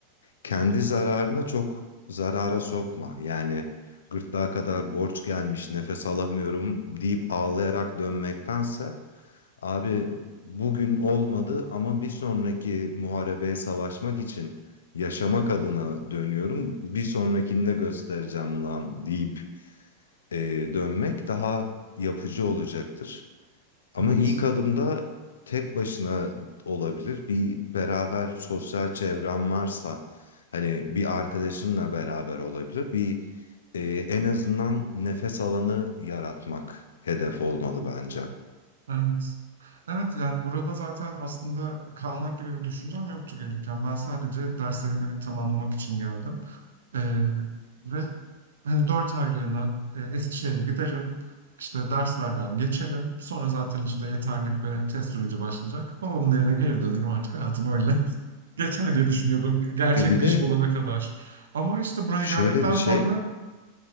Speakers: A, on the left; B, on the right.
A: kendi zararına çok zarara sokma. Yani gırtlağa kadar borç gelmiş, nefes alamıyorum deyip ağlayarak dönmektense abi bugün olmadı ama bir sonraki muharebeye savaşmak için yaşamak adına dönüyorum. Bir sonrakinde göstereceğim lan deyip e, dönmek daha yapıcı olacaktır. Ama
B: Evet.
A: ilk adımda tek başına olabilir. Bir beraber sosyal çevren varsa hani bir arkadaşınla beraber olabilir. Bir e, en azından nefes alanı yaratmak hedef olmalı bence.
B: Evet. Evet yani burada zaten aslında kalmak gibi bir düşüncem yoktu gelirken. Ben sadece derslerimi tamamlamak için geldim. Ee, ve hani dört aylığına e, Eskişehir'e giderim. İşte derslerden geçerim. Sonra zaten işte yeterlik ve test süreci başlayacak. Babamın evine geri dönerim artık hayatım öyle. <laughs> Geçer diye düşünüyordum gerçek
A: E bir
B: bir
A: de
B: iş bulana kadar. Ama işte buraya
A: şöyle
B: geldikten
A: bir şey
B: sonra